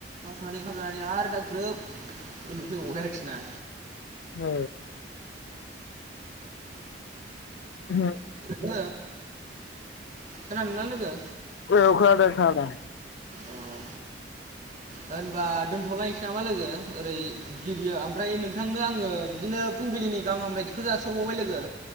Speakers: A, on the right (about 45°); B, on the left (about 75°).
A: खनानै खनानै आरो दा ग्रोब उन्दुखै हगबाय आरोखि ना
B: औ <unintelligible>
A: गो खोनादों ना लोगो
B: औ खानादों खोनादों
A: अ होनबा दोनथ'लायसै नामा लोगो ओरै गिबियाव ओमफ्राय नोंथांनो आङो बिदिनो फुंबिलिनि गाहाम हामब्लायथिखौ जासिहरबावबाय लोगो